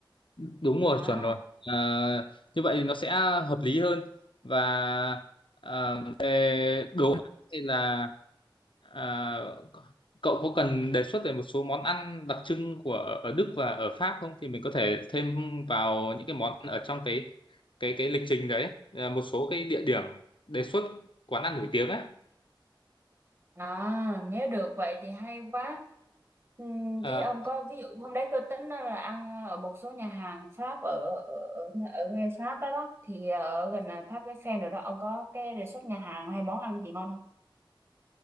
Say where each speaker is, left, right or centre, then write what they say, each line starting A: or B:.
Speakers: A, on the left; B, on the right.
A: đúng rồi
B: đó
A: chuẩn rồi Ờ, như vậy thì nó sẽ hợp lý hơn và ờ, về hay là ờ, cậu có cần đề xuất về một số món ăn đặc trưng của ở Đức và ở Pháp không thì mình có thể thêm vào những cái món ăn ở trong cái cái cái lịch trình đấy Ờ, một số cái địa điểm đề xuất quán ăn nổi tiếng ấy
B: À, nếu được vậy thì hay quá. Ừm,
A: Ờ,
B: Thế ông có ví dụ hôm đấy tôi tính là ăn ở một số nhà hàng Pháp ở ở ở, ở ngay Pháp đó, đó thì ở gần là tháp Eiffel rồi đó ông có cái đề xuất nhà hàng hay món ăn gì ngon không?